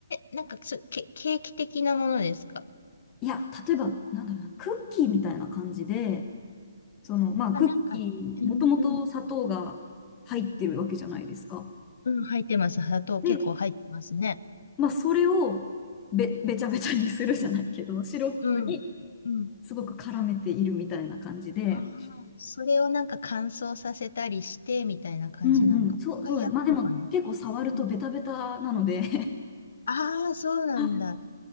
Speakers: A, on the left; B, on the left.
A: ー、なんかそケ、ケーキ的なものですか。
B: いや、例えば、なんだろうな、クッキーみたいな感じで、その、まあ、
A: あ、
B: クッキー、
A: なんか、うん、
B: もともと砂糖が入ってるわけじゃないですか。
A: うん、うん、入ってます。砂糖結構入ってますね。
B: で、まあ、それをべ、べちゃべちゃにするじゃないけど、シロップに
A: うん、うん。
B: すごく絡めているみたいな感じで、
A: ああ、それをなんか乾燥させたりして、みたいな感じなのか。
B: うんうん、
A: もう一回焼くのかな
B: そう、そうだ、まあでも結構触るとベタベタなので
A: うん。
B: <laughs>
A: ああ、そうなんだ。
B: はい